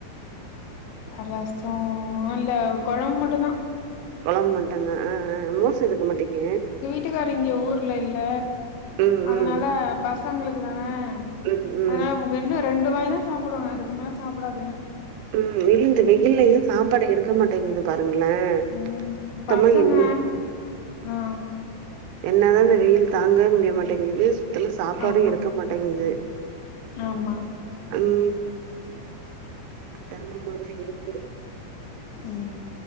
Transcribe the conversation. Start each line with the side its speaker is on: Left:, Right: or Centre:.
Left: ரசோ இல்ல கொழம்பு மட்டுந்தா
Right: கொழம்பு மட்டுந்தா ஆ ஆ மோர் சேதுக்க மாட்டிங்க
Left: வீட்டுக்கார் இங்கே ஊர்ல இல்ல
Right: ம்
Left: அதனால
Right: ம்
Left: பசங்களுக்கு தானே
Right: ம் ம்
Left: அதனால முகன்னு ரெண்டு வாயிதா சாப்டுவாங்க அதுக்கு மேல சாப்டாதுங்க
Right: ம் இல்ல இந்த வெயிலயே சாப்பாடு எடுக்க மாட்டேங்குது பாருங்களே
Left: ம்
Right: சுத்தமா
Left: பசங்க
Right: என்
Left: ஆ
Right: என்னதா இந்த வெயில் தாங்கவே முடிய மாட்டேங்குது இதுல சாப்பாடு
Left: ஆமா
Right: எடுக்க மாட்டேங்குது
Left: ஆமா
Right: அந் செரமமாதா இருக்கு
Left: ம்